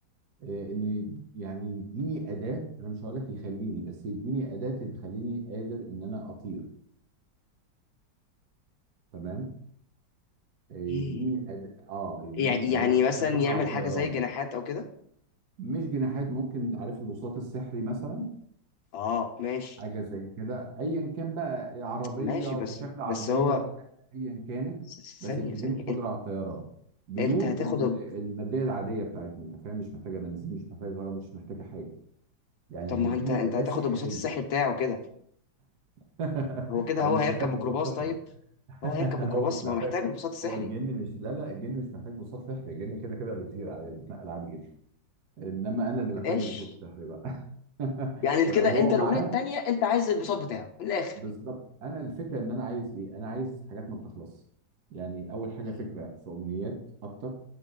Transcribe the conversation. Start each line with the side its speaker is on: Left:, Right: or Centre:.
Right: إيه، ان يعني يديني اداه انا مش هقول لك يخليني بس يديني اداه تخليني قادر ان انا اطير تمام إيه،
Left: ايه؟
Right: يديني أد... اه يديني
Left: يع- يعني
Right: اداه
Left: مثلا
Right: فيها قدره
Left: يعمل
Right: على الطيران
Left: حاجة زي جناحات أو كده
Right: مش جناحات ممكن عارف البساط السحري مثلا
Left: اه ماشي
Right: حاجه زي كده ايا كان بقى عربيه
Left: ماشي بس
Right: في شكل عربيه
Left: بس هو
Right: وفي شكل ايا كانت
Left: س-
Right: بس
Left: ثانية
Right: بتديني
Left: ثانية
Right: القدره
Left: انت
Right: على الطيران بدون
Left: انت هتاخد
Right: ال-
Left: ال-
Right: الماديه العاديه بتاعتنا انت فاهم مش محتاجه بنزين مش محتاجه غرام مش محتاجه حاجه يعني
Left: طب ما
Right: هيديني
Left: هو انت انت
Right: اداه
Left: هتاخد
Right: سحريه
Left: البساط السحري بتاعه كده
Right: <laughs>
Left: هو كده
Right: هو
Left: هو
Right: مش
Left: هيركب
Right: محتاج
Left: ميكروباص
Right: بساط سحري
Left: طيب
Right: <laughs>
Left: هو هيركب ميكروباص
Right: هو مش
Left: ما
Right: محتاج
Left: هو محتاج البساط السحري
Right: هو الجن مش لا لا الجن مش محتاج بساط سحري الجن كده كده بيطير عادي بيتنقل عادي جدا انما انا اللي محتاج
Left: ماشي
Right: القسط الشهري بقى <laughs>
Left: يعني
Right: ولو
Left: كده
Right: هو
Left: انت
Right: معاه
Left: الأمنية التانية انت عايز البساط بتاعه من الآخر
Right: بالظبط انا الفكره ان انا عايز ايه انا عايز حاجات ما بتخلص يعني اول حاجه
Left: م-
Right: فكره في امنيات اكتر